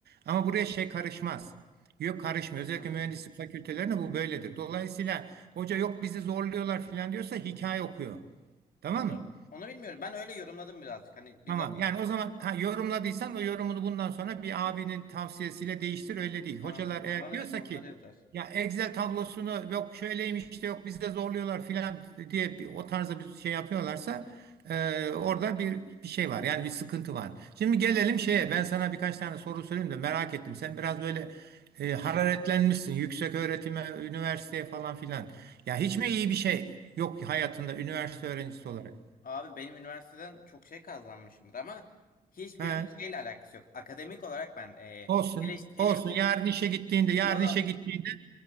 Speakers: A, on the right; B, on the left.
A: ama buraya şey karışmaz. Yok karışmıyor. Özellikle
B: anladım.
A: mühendislik fakültelerinde bu böyledir. Dolayısıyla hoca yok bizi zorluyorlar falan diyorsa hikaye okuyor. Tamam
B: Onu
A: mı?
B: onu bilmiyorum. Ben öyle yorumladım birazcık. Hani bizzat
A: Tamam. Yani o zaman ha, yorumladıysan o yorumunu bundan sonra bir abinin tavsiyesiyle değiştir öyle değil. Hocalar
B: anladım. O
A: eğer
B: zaman
A: diyorsa
B: evet onları
A: ki
B: yazar.
A: ya Excel tablosunu yok şöyleymiş de yok bizde zorluyorlar filan diye bir, o tarzda bir şey yapıyorlarsa e, orada bir bir şey var. Yani bir sıkıntı var. Şimdi gelelim şeye. Ben sana birkaç tane soru sorayım da merak ettim. Sen biraz böyle e, hararetlenmişsin. Yüksek öğretime, üniversiteye falan filan. Ya hiç mi iyi bir şey yok hayatında üniversite öğrencisi olarak?
B: Abi benim üniversiteden çok şey kazanmışımdır ama hiçbirinin
A: He.
B: şeyle alakası yok. Akademik olarak ben e,
A: Olsun.
B: eleşt- eleştirim
A: Olsun. Yarın işe gittiğinde, yarın
B: yo
A: işe gittiğinde